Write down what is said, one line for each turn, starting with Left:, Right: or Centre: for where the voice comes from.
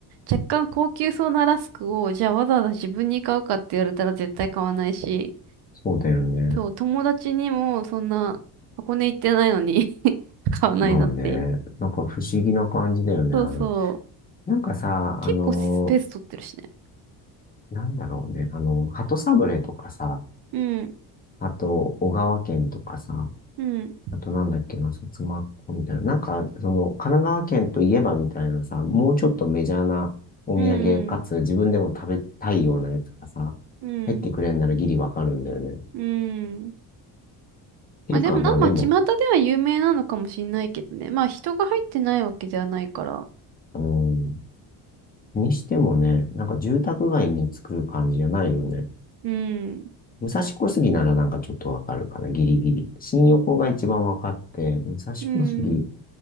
Right: 若干高級そうなラスクを、じゃあわざわざ自分に買うかって言われたら絶対買わないし、
Left: そうだよね。
Right: そう、友達にもそんな箱根行ってないのに <laughs> 買わないなって。
Left: まあね、なんか不思議な感じだよね、
Right: そうそう。
Left: あれ。なんかさ、あの、
Right: 結構スペース取ってるしね。
Left: なんだろうね、あの、鳩サブレーとかさ、
Right: うん、
Left: あと、小川県とかさ、
Right: うん、
Left: あとなんだっけな、薩摩っ子みたいな。なんか、その、神奈川県といえばみたいなさ、もうちょっとメジャーなお土産かつ自分でも食べたいようなやつがさ、
Right: うん、うん、
Left: 入ってくれんならギリわかるんだよね。
Right: うん。
Left: ていうか、
Right: まあでもな、
Left: まあでも、
Right: まあ、巷では有名なのかもしんないけどね。まあ人が入ってないわけじゃないから。
Left: うん、にしてもね、なんか住宅街に作る感じじゃないよね。
Right: うん。
Left: 武蔵小杉ならなんかちょっとわかるかな、ギリギリ。新横が一番わかって、武蔵小杉、
Right: うん。